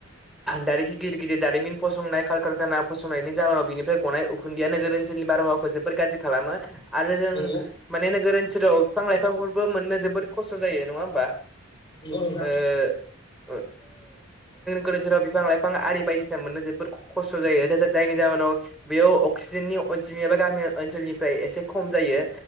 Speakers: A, in the centre; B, on the left.
A: दाइरेक गिदिर गिदिर दारिमिन फसंनाय कारकारखाना फसंनायनि जाहोनाव बिनिफ्राय गनाय उखुनदैया नोगोर सोलनि बारहावाखौ जोबोर गाज्रि खालामो आरो जों
B: नंगौ
A: माने नोगोर ओनसोलाव बिफां लाइफांफोरबो मोननो जोबोद खसथ' जायो नङा होमबा
B: ओ नोंथां
A: ओ ओ गोदो जेराव बिफां लाइफां आरि बायदिसिना मोननो जोबोद खसथ' जायो नाथाय जायनि नि जाहोनाव बेयाव अक्सिजेननि अनजिमायाबो गामि ओनसोलनिफ्राय एसे खम जायो